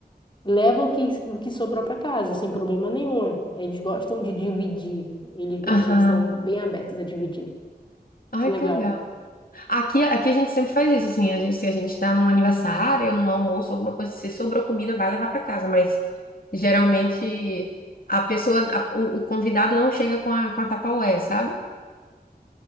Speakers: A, on the left; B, on the left.
A: leva o que, o que sobrou para casa, sem problema nenhum. Eles gostam de dividir, eles gostam,
B: aham.
A: eles são bem abertos a dividir.
B: Ai,
A: Isso é legal.
B: que legal. Aqui, aqui a gente sempre faz isso, assim. A gente, se a gente tá num aniversário, num almoço, alguma coisa, se sobrou comida, vai levar pra casa. Mas geralmente a pessoa, a- o, o convidado não chega com a, com a tapaué, sabe?